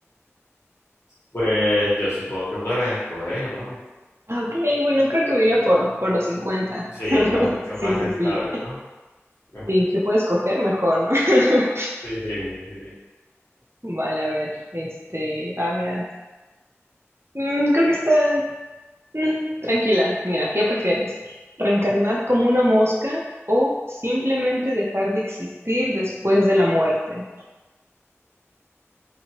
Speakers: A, on the left; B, on the right.
A: Pues yo supongo que podrás escoger, vamos.
B: Ah, ok, bueno, creo que me iría por, por los 50.
A: Sí,
B: <laughs>
A: ¿no? Mucho
B: Sí,
A: más
B: sí,
A: rentable,
B: sí.
A: ¿no? <laughs>
B: Sí, se puede escoger mejor, ¿no? <laughs>
A: Sí. sí.
B: Vale, a ver, este, ah, mira, Mm, creo que está mm, tranquila. Mira, ¿qué prefieres? ¿Reencarnar como una mosca o simplemente dejar de existir después de la muerte?